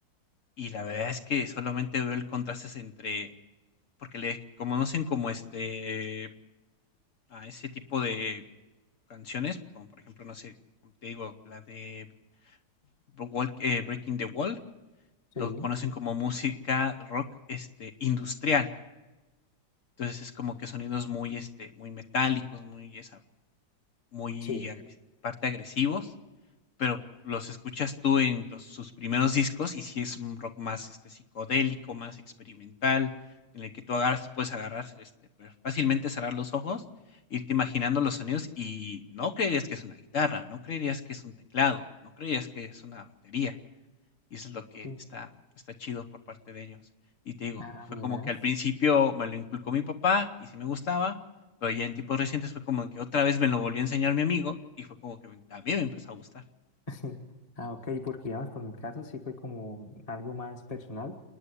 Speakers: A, on the left (about 55°); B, on the left (about 20°).
A: y la verdad es que solamente veo el contraste entre porque le conocen como, este, a ese tipo de canciones, como por ejemplo, no sé, como te digo, la de Bro- Walk- eh, Breaking the Wall, los
B: Sí,
A: conocen como música rock este, industrial. Entonces es como que sonidos muy, este, muy metálicos, muy, esa, muy
B: sí,
A: agres- parte agresivos. Pero los escuchas tú en los sus primeros discos y sí es un rock más, este, psicodélico, más experimental, en el que tú agarras, tú puedes agarrar, este, per- fácilmente cerrar los ojos, irte imaginando los sonidos y no creerías que es una guitarra, no creerías que es un teclado, no creerías que es una batería. Y eso es lo que
B: sí.
A: está, está chido por parte de ellos. Y te digo,
B: Ah,
A: fue
B: mira.
A: como que al principio me lo inculcó mi papá y sí me gustaba, pero ya en tipos recientes fue como que otra vez me lo volvió a enseñar mi amigo y fue como que me- también me empezó a gustar.
B: <laughs> Ah, ok, porque digamos, por mi caso sí fue como algo más personal,